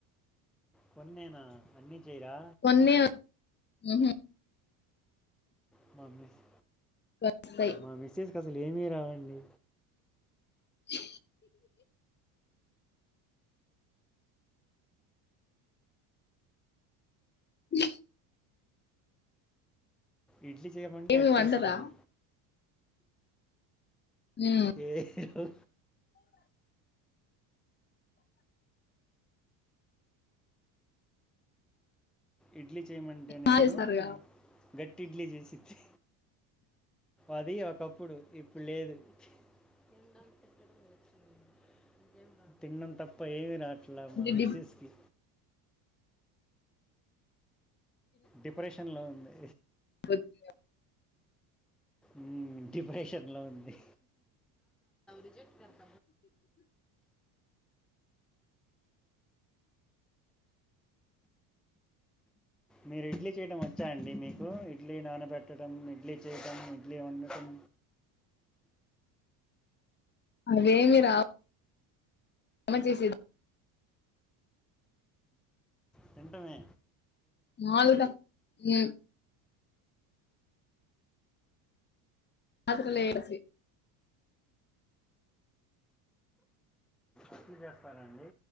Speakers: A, in the centre; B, on the left.
A: కొన్నేన అన్నీ జేయరా
B: కొన్నే వచ్ ఊహు
A: ప్రామిస్
B: వస్తమ్
A: మా మెస్సేస్ కు అసలు ఏమీ రావండి
B: చ్ చ్
A: ఇడ్లీ చేయమంటే
B: ఏమి
A: అట్టేసిద్ధి
B: వండరా మ్మ్
A: ఏ హోహో ఇడ్లీ చేయమంటేనేమో
B: బాగా చేస్తారుగా
A: బ్రెడ్ ఇడ్లీ చేసిద్ధి అది ఒకప్పుడు ఇప్పుడు లేదు తినడం తిట్టడం వచ్చింది ఇంకేం రాదు. తినడం తప్ప ఏమి రాట్లే
B: అంటే
A: మా మిస్సెస్
B: డిప్
A: కి డిప్రెషన్ లో ఉందీ
B: వద్దు ఇగా
A: ఊ డిప్రెషన్ లో ఉంది రిజెక్ట్ కర్త మీరు ఇడ్లీ చేయడం వచ్చా అండి మీకు ఇడ్లీ నానబెట్టడం ఇడ్లీ చేయడం ఓకే వండడం
B: అవేవిరావు ఉప్మా చేసేద
A: తింటామే
B: ఉల్లిగడ్డ టమాట ఊ అందులో వేసి
A: అట్లు చేస్తారండి